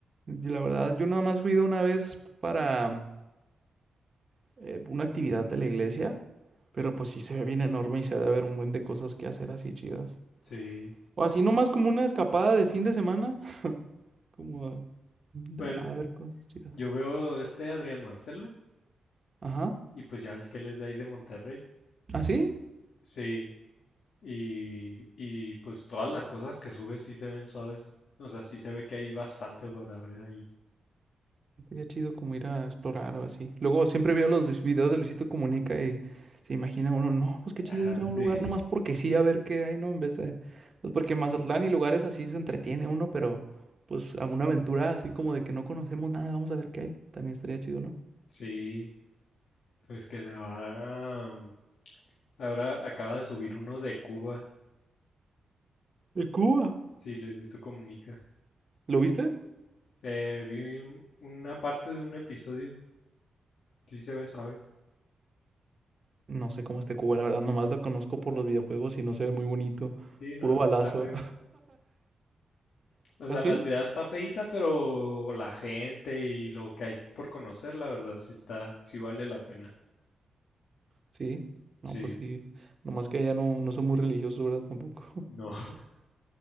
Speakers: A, on the right (about 35°); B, on the left (about 75°).
A: Y La verdad, yo nada más fui de una vez para mm, eh, una actividad de la iglesia, pero pues sí se ve bien enorme y se ha de haber un buen de cosas que hacer así chidas.
B: Sí,
A: O así nomás como una escapada de fin de semana, <laughs> como
B: pues
A: a, a ver cosas chidas.
B: yo veo este Adrián Marcelo
A: Ajá.
B: y pues ya ves que él es de ahí de Monterrey.
A: ¿Así?
B: Sí, y, y pues todas las cosas que sube sí se ven suaves, o sea, sí se ve que hay bastante para ver ahí.
A: Sería chido como ir a explorar o así. Luego siempre veo los vis- videos de Luisito Comunica y se imagina uno, no, pues qué chido
B: Ah,
A: ir a un
B: sí,
A: lugar nomás
B: <laughs>
A: porque sí, a ver qué hay, ¿no? En vez de, pues porque en Mazatlán y lugares así se entretiene uno, pero pues a una aventura así como de que no conocemos nada, vamos a ver qué hay. También estaría chido, ¿no?
B: sí, pues que se va, mm, ahora acaba de subir uno de Cuba.
A: ¡Es Cuba!
B: Sí, Luisito Comunica.
A: ¿Lo viste?
B: Eh, vi un- una parte de un episodio. Sí se ve suave.
A: No sé cómo esté Cuba, la verdad, nomás lo conozco por los videojuegos y no se ve muy bonito.
B: Sí, no,
A: Puro
B: sí
A: balazo.
B: está feo.
A: <laughs>
B: O sea,
A: ¿Ah, sí?
B: la ciudad está feita, pero la gente y lo que hay por conocer, la verdad, sí está, sí vale la pena.
A: Sí. No,
B: Sí,
A: pues sí. Nomás que allá no, no son muy religiosos, ¿verdad? Tampoco. <laughs>
B: no. <laughs>